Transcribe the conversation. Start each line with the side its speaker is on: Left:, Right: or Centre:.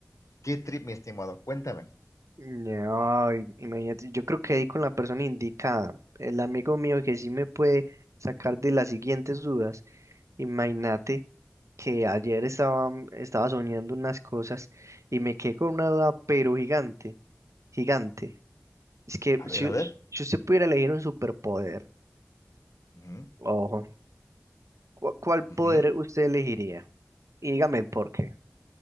Left: qué trip, mi estimado, cuéntame.
Right: No, i- imagínate, yo creo que ahí con la persona indicada, el amigo mío que sí me puede sacar de las siguientes dudas. Imagínate que ayer estaba, estaba soñando unas cosas y me quedé con una duda, pero gigante, gigante. Es que
Left: A
Right: si,
Left: ver, a ver.
Right: si usted pudiera elegir un superpoder,
Left: Ujú,
Right: ojo, ¿cu- ¿cuál poder
Left: ujú.
Right: usted elegiría? Y dígame el por qué.